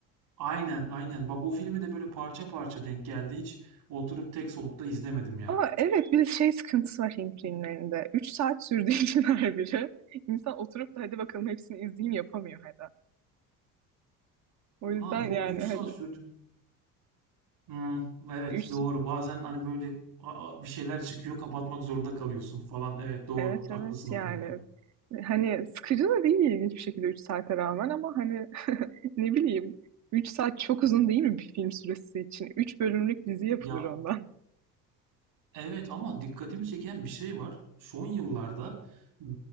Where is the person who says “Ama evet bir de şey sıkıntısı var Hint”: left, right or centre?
Right